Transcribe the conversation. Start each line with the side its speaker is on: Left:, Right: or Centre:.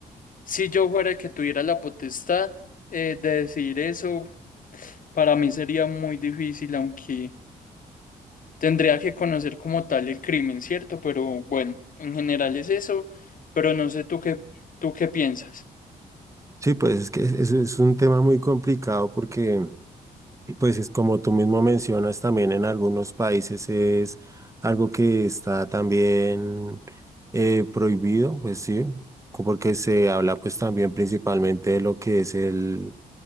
Left: si yo fuera el que tuviera la potestad eh, de decidir eso, para mí sería muy difícil, aunque Tendría que conocer como tal el crimen, ¿cierto? Pero bueno, en general es eso, pero no sé tú qué, tú qué piensas.
Right: Sí, pues es que es, es un tema muy complicado porque Pues es como tú mismo mencionas, también en algunos países es algo que está también eh, prohibido, pues sí, co- porque se habla pues también principalmente de lo que es el,